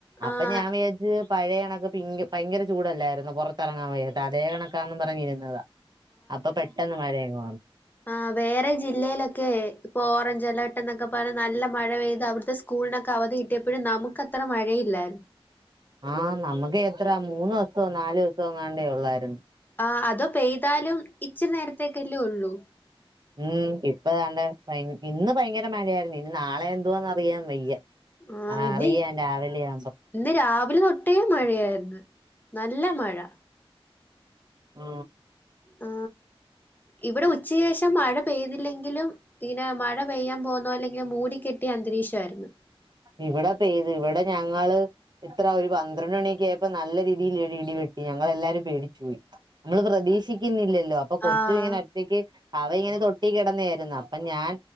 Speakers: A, on the right (about 45°); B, on the left (about 20°).
A: അപ്പൊ
B: ആഹ്
A: ഞാൻ വിയാച്ച് പഴയ കണക്ക് പിങ്ക് ഭയങ്കര ചൂടല്ലായിരുന്ന പുറത്തെറങ്ങാൻ വയ അതേ കണക്കാന്ന് പറഞ്ഞിരുന്നത. അപ്പൊ പെട്ടെന്ന് മഴേങ്ങ
B: ആ വേറെ ജില്ലയിലൊക്കെ ഇപ്പൊ ഓറഞ്ച് അലേർട്ട് എന്നൊക്കെ നല്ല മഴ പെയ്ത് അവിടുത്തെ സ്കൂളിനൊക്കെ അവധിട്ടിയപ്പോഴും നമുക്ക് അത്ര മഴയില്ല.
A: ആ നമുക്ക് എത്ര മൂന്ന് ദിവസവും നാാലു ദിവസോങ്ങണ്ടേ ഒള്ളായിരുന്നു.
B: ആ അത് പെയ്താലും ഇച്ചിരി നേരത്തേക്കല്ലേ ഒള്ളൂ.
A: ഉം ഇപ്പതാണ്ട് ഇന്ന് ഭയങ്കര മഴായിരുന്നു. ഇനി നാളെ എന്തുവാന്ന് അറിയാൻ വയ്യ.
B: ആ ഇത്
A: അറിയാം രാവിലെ ആവുമ്പോ
B: ഇന്ന് രാവിലെ തൊട്ടേ മഴയായിര്ന്നു. നല്ല മഴ.
A: ആ
B: ആ ഇവിടെ ഉച്ച ശേഷം മഴ പെയ്തില്ല ങ്കിലും ഇനെ മഴ പെയ്യപോന്നലെ ഇങ്ങ മൂടിക്കെട്ടിയ അന്തരീഷൊയിരുന്നു.
A: ഇവിടെ പെയ്തു ഇവിടെ ഞങ്ങള് ഇത്ര ഒരു പന്ത്രണ്ട്ണിയൊക്ക ആയപ്പ നല്ല രീതിയിൽഴ് ടി വെട്ടി ഞങ്ങളെല്ലാരും പേടിച്ച് പോയി. നമ്മള് പ്രതീഷിക്കു ഇല്ലല്ലോ അപ്പൊ കൊച്ചു
B: ആഹ്
A: ഇങ്ങനെ ഒറ്റക്ക് അവ ഇങ്ങനെ തൊട്ടി കിടന്നെയിരുന്നു. അപ്പൊ ഞാൻ